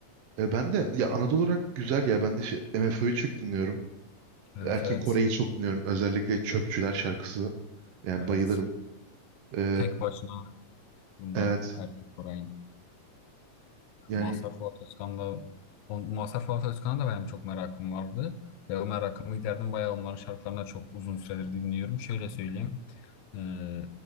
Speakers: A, on the right; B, on the left.
A: E, ben de ya Anadolu olarak güzel ya. Ben de şey, MFÖ'yü çok dinliyorum.
B: Evet
A: Erkin
B: evet.
A: Koray'ı çok dinliyorum. Özellikle Çöpçüler şarkısı. Yani
B: Evet.
A: bayılırım. E,
B: Tek başına bunda
A: evet.
B: erkek Koray'ın.
A: Yani
B: Mazhar Fuat Özkan'da on- Mazhar Fuat Özkan'a da benim çok merakım vardı. Ve o merakımı giderdim. Bayağı onların şarkılarını da çok uzun süredir dinliyorum. Şöyle söyleyeyim. Ee,